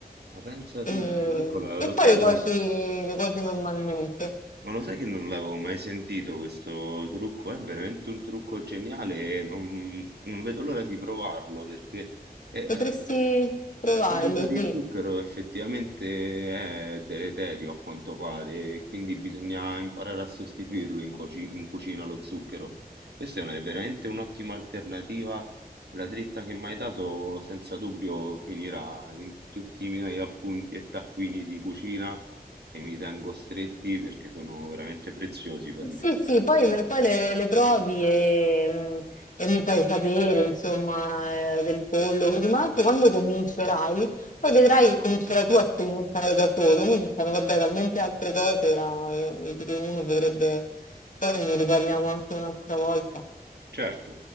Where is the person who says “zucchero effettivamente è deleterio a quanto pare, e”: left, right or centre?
Right